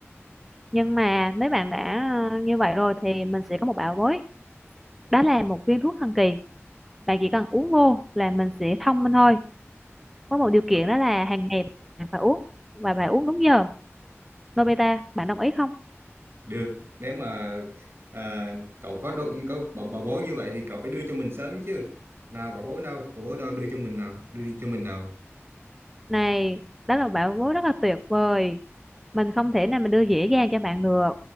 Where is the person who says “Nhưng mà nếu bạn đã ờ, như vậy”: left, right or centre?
Centre